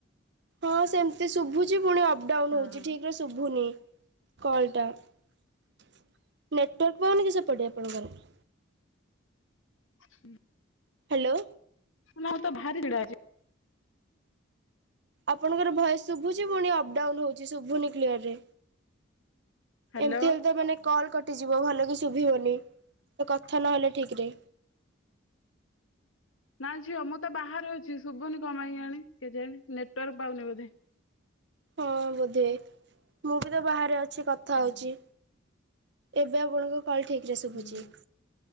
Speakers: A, on the right; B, on the left.
A: ହଁ ସେମିତି ଶୁଭୁଚି ପୁଣି ଅପ ଡାଉନ
B: ହଁ
A: ହଉଚି ଠିକରେ ଶୁଭୁନି। କଲ୍ ଟା ନେଟୱାର୍କ ପାଉନି କି ସେପଟେ ଆପଣଙ୍କର?
B: ହୁଁ।
A: ହାଲୋ।
B: ନା ତ ଭାରିଭିଡ ଆଜି।
A: ଆପଣଙ୍କର ଭୟସ ଶୁଭୁଛି ପୁଣି ଅପଡାଉନ ହଉଛି ଶୁଭୁନି କ୍ଲିଅରରେ
B: ହାଲୋ
A: ଏମିତି ହେଲେ ତ ମାନେ କଲ୍ କଟିଯିବ ଭଲ କି ଶୁଭିବନି କଥା ନହଲେ ଠିକରେ
B: ନା ଝିଅ ମୁଁ ତ ବାହାରେ ଅଛି ଶୁଭୁନି କଣ ପାଇଁ କେଜାଣି ନେଟୱାର୍କ ପାଉନି ବୋଧେ
A: ହଁ ବୋଧେ ହ ମୁଁ ବି ତ ବାହାରେ ଅଛି କଥା
B: ହଁ
A: ହଉଛି। ଏବେ ଆପଣଙ୍କ କଲ୍ ଠିକ ରେ ଶୁଭୁଛି।
B: ହୁଁ।